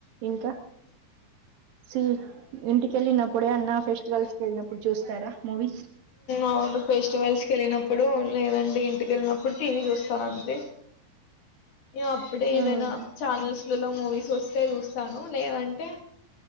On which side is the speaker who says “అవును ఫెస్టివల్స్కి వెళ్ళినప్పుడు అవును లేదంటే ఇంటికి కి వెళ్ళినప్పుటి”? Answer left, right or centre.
Left